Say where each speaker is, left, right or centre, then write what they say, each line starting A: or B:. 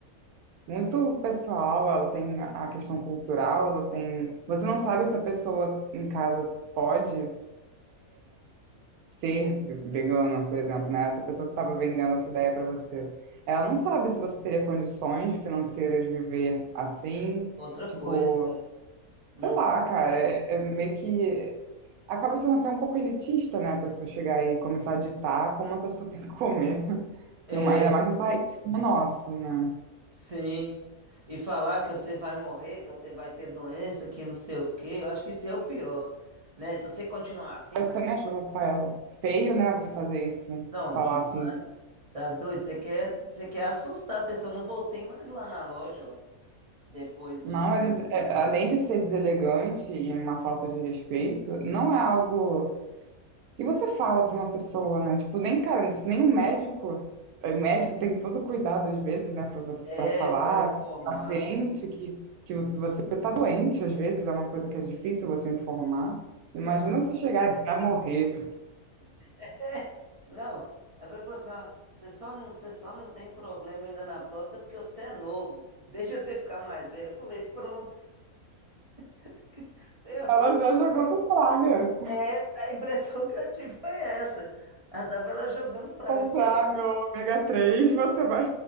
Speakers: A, on the right; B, on the right.
A: muito pessoal, ela tem a questão cultural, ela tem. Você não sabe se a pessoa em casa pode ser ve- vegana, por exemplo, né? Essa pessoa que estava vendendo essa ideia para você. Ela não sabe se você teria condições financeiras de viver assim.
B: Outra
A: Tipo,
B: coisa, é. Uhum.
A: sei lá, cara, é, é meio que. Acaba sendo até um pouco elitista, né? A pessoa chegar e começar a ditar como a pessoa <laughs> tem que comer, <laughs>
B: É,
A: numa- ainda mais num país como o nosso, né?
B: sim. E falar que você vai morrer, que você vai ter doença, que não sei o quê, eu acho que isso é o pior, né? Se você continuar assim,
A: Eu também acho, Rafael, feio, né, você fazer isso.
B: Não,
A: Falar
B: demais.
A: assim,
B: Tá doido? Você quer, você quer assustar a pessoa. Eu não voltei mais lá na loja, ué. Depois
A: não,
B: de.
A: eles, é, além de ser deselegante e uma falta de respeito, não é algo que você fala pra uma pessoa, né? Tipo, nem, cara, se nem um médico, o médico tem todo cuidado às vezes, né, pra você,
B: É,
A: para falar,
B: pra informar
A: paciente
B: as coisas.
A: que, que
B: Sim.
A: você tá doente, às vezes é uma coisa que é difícil você informar. Imagina
B: Ah.
A: você chegar, você vai morrer,
B: é. Não. A ele falou assim: ó, você só não, você só não tem problema ainda na próstata porque você é novo. Deixa você ficar mais velho. Eu falei: pronto. <laughs> Ferrou.
A: ela já jogando praga.
B: É, a impressão que eu tive foi essa. Ela tava lá jogando pra
A: comprar
B: mim. Eu falei:
A: meu ômega 3 você vai